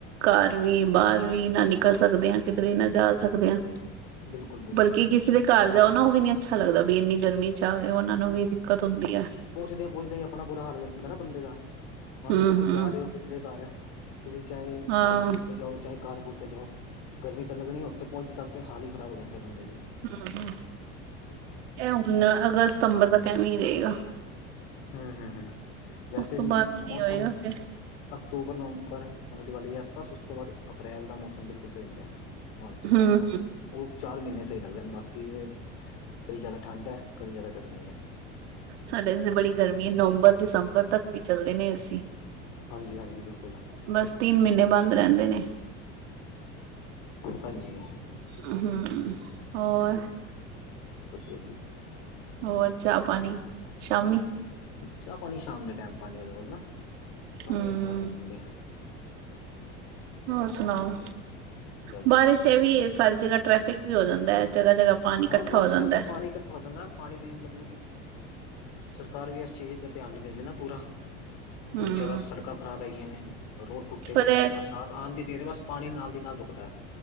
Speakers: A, on the right; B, on the left.
A: ਘਰ ਵੀ ਬਾਹਰ ਵੀ ਨਾ ਨਿਕਲ ਸਕਦੇ ਆਾਂ ਕਿਧਰੇ ਨਾ ਜਾ ਸਕਦੇ ਹ
B: ਬਿਲਕੁਲ ਬਿਲਕੁਲ
A: ਬਲਕਿ
B: ਬਿਲਕੁਲ
A: ਕਿਸੇ ਦੇ ਘਰ ਜਾਓ ਨਾ ਉਹ ਵੀ ਨੀ ਅੱਛਾ ਲੱਗਦਾ ਵੀ ਇੰਨੀ ਗਰਮੀ ਚ ਆਵੇ ਉਹਨਾ ਨੂੰ ਵੀ ਦਿੱਕਤ ਹੁੰਦੀ ਹੈ
B: ਪੁੱਜਦੇ ਪੁੱਜਦੇ ਹੀ ਆਪਣਾ ਬੁਰਾ ਹਾਲ ਜਾਂਦਾ ਨਾ ਬੰਦੇ ਦਾ ਮੰਨੋ
A: ਹੂੰ
B: ਤੁਸੀਂ
A: ਹੂੰ
B: ਜਾ ਰਹੇ ਹੋ ਕਿਸੇ ਦੇ ਘਰ ਤੁਸੀਂ ਚਾਹੇ
A: ਹਾਂ
B: ਬਾਈਕ ਬੁਈਕ
A: ਹੂੰ
B: ਤੇ ਜਾਓ ਚਾਹੇ ਕਾਰ ਕੂਰ ਤੇ ਜਾਓ ਗਰਮੀ ਤਾਂ ਲੱਗਣੀ ਉੱਥੇ ਪਹੁੰਚਨ ਤੱਕ ਤੇ ਹਾਲ ਈ ਖ਼ਰਾਬ ਹੋ ਜਾਂਦੇ ਬੰਦੇ ਦੇ
A: ਹੂੰ ਹੂੰ ਇਹ ਹੁਣ ਅਗਸਤ ਸਤੰਬਰ ਦਾ ਐਵੇਂ ਹੀ ਰਹੇਗਾ
B: ਹੂੰ ਹੂੰ ਹੂੰ ਵੈਸੇ
A: ਉਸ ਤੋਂ
B: ਵੀ
A: ਬਾਅਦ ਸਹੀ
B: ਮੌਸਮ
A: ਹੋਏਗਾ ਫਿਰ
B: ਅਕਤੂਬਰ ਨਵੰਬਰ ਮਤਲਬ ਦੀਵਾਲੀ ਦੇ ਆਸ ਪਾਸ ਉਸ ਤੋਂ ਬਾਅਦ ਅਪ੍ਰੈਲ ਦਾ ਮੌਸਮ ਬਿਲਕੁਲ ਸਹੀ ਹੁੰਦਾ ਹੈ ਮਾਰਚ ਅਪ੍ਰੈਲ
A: ਹੂੰ
B: ਦਾ ਉਹ ਚਾਰ ਮਹੀਨੇ ਸਹੀ ਲਗਦੇ ਬਾਕੀ ਬੜੀ ਜ਼ਿਆਦਾ ਠੰਡ ਹੈ ਕਦੀ ਜ਼ਿਆਦਾ ਗਰਮੀ ਐ
A: ਸਾਡੇ ਇੱਥੇ ਬੜੀ ਗਰਮੀ ਹੈ ਨਵੰਬਰ ਦਸੰਬਰ ਤੱਕ ਵੀ ਚੱਲਦੇ ਨੇ ਅਸੀਂ
B: ਹਾਂਜੀ ਹਾਂਜੀ ਬਿਲਕੁਲ
A: ਬਸ ਤਿੰਨ ਮਹੀਨੇ ਬੰਦ ਰਹਿੰਦੇ ਨੇ
B: ਹਾਂਜੀ
A: ਹੂੰ ਹੂੰ ਹੋਰ
B: ਹਾਂਜੀ ਹਾਂਜੀ
A: ਹੋਰ ਚਾਹ ਪਾਣੀ ਸ਼ਾਮੀ
B: ਚਾਹ ਪਾਣੀ ਸ਼ਾਮ ਦੇ ਟਾਈਮ ਪੰਜ ਵਜੇ ਅਉਣਾ ਪੰਜ
A: ਹੂੰ
B: ਵਜੇ ਚਾਹ ਪੀ ਦੀਏ
A: ਹੋਰ ਸੁਣਾਓ
B: ਬਸ
A: ਬਾਰਿਸ਼
B: ਜੀ ਵਧੀਆ
A: ਐਵੀਂ
B: ਜੀ
A: ਏ ਸਾਰੀ ਜਗ੍ਹਾ ਟ੍ਰੈਫਿਕ ਵੀ ਹੋ ਜਾਂਦਾ ਹੈ ਜਗ੍ਹਾ ਜਗ੍ਹਾ ਪਾਣੀ ਇਕੱਠਾ
B: ਹਾਂ ਬਾਰਿਸ਼
A: ਹੋ ਜਾਂਦਾ
B: ਕਰਕੇ
A: ਹੈ
B: ਪਾਣੀ ਇਕੱਠਾ ਹੋ ਜਾਂਦਾ ਪਾਣੀ ਦੀ ਮਤਲਬ ਕਿ ਸਰਕਾਰ ਵੀ ਇਸ ਚੀਜ਼ ਤੇ ਧਿਆਨ ਨਿ ਦਿੰਦੀ ਨਾ ਪੂਰਾ ਬਹੁਤ
A: ਹੂੰ
B: ਜ਼ਿਆਦਾ ਸੜਕਾਂ ਖਰਾਬ ਹੈਗੀਆਂ ਨੇ ਰੋਡ ਟੁੱਟ ਤੇਵੇ
A: ਪਰ
B: ਨਾ
A: ਇਹ
B: ਬਰਸਾਤ ਆਉਣ ਦੀ ਦੇਰ ਏ ਬਸ ਪਾਣੀ ਨਾਲ ਦੀ ਨਾਲ ਰੁਕਦਾ ਹੈ